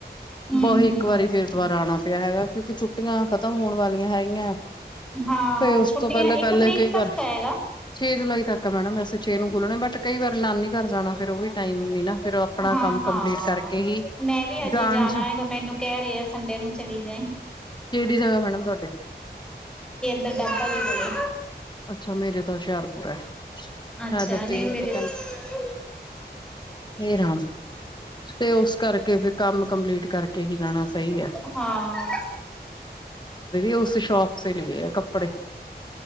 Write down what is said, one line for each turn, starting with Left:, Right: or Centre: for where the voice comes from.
Centre: ਹਮ
Left: ਬਹੁਹੀ ਇੱਕ
Centre: ਹਮ
Left: ਵਾਰੀ ਫੇਰ ਦੁਬਾਰਾ ਆਉਣਾ ਪਿਆ ਹੈਗਾ ਕਿਉਂਕਿ ਛੁੱਟੀਆਂ ਖ਼ਤਮ ਹੋਣ ਵਾਲੀਆਂ ਹੈਗੀਆਂ
Centre: ਹਾਂ
Left: ਫ ਉਸ
Centre: ਛੁੱਟੀਆਂ
Left: ਤੋਂ ਪਹਿਲਾਂ ਪਹਿਲਲੇ
Centre: ਇੱਕ ਤਰੀਕ
Left: ਕਈ ਵਾਰ
Centre: ਤੱਕ ਤਾਂ ਹੈਗਾ
Left: ਛੇ ਜੁਲਾਈ ਤੱਕ ਮੈਡਮ ਵੈਸੇ ਛੇ ਨੂੰ ਖੁੱਲਣੇ ਬਟ ਕਈ ਵਾਰੀ ਨਾਨੀ ਘਰ ਜਾਣਾ ਫੇਰ ਉਹ ਵੀ ਟਾਈਮ ਨੀ ਨਾ ਫੇਰ ਆਪਣਾ
Centre: ਹਾਂ
Left: ਕੰਮ
Centre: ਹਾਂ
Left: ਕੰਪਲੀਟ ਕਰਕੇ ਹੀ
Centre: ਮੈਂ ਵੀ ਅਜੇ
Left: ਜਾਣ
Centre: ਜਾਣਾ
Left: ਚ
Centre: ਹੈਗਾ ਮੈਨੂੰ ਕਹਿ ਰਿਹਾ ਆ ਸੰਡੇ ਨੂੰ ਚਲੀ ਜਾਏ
Left: ਕਿਹੜੀ ਜਗ੍ਹਾ ਮੈਡਮ ਤੁਹਾਡੇ
Centre: ਡੱਬਾ ਨਹੀਂ ਕੋਲੇ
Left: ਅੱਛਾ ਮੇਰੇ ਤਾਂ ਹੁਸ਼ਿਆਰਪੁਰ ਹੈ
Centre: ਅੱਛਾ
Left: ਹੈ ਤਾਂ
Centre: ਨਹੀਂ
Left: ਤਿੰਨ
Centre: ਮੇਰੇ
Left: ਕੁ
Centre: ਹ-
Left: ਹਰਾ ਤੇ ਉਸ ਕਰਕੇ ਫਿਰ ਕੰਮ ਕੰਪਲੀਟ ਕਰਕੇ ਹੀ ਰਣਾ ਸਹੀ ਹੈਾਂ
Centre: ਹਾਂ।
Left: ਹਉਸ ਸ਼ੋਪ ਲ ਕੱਪੜੇ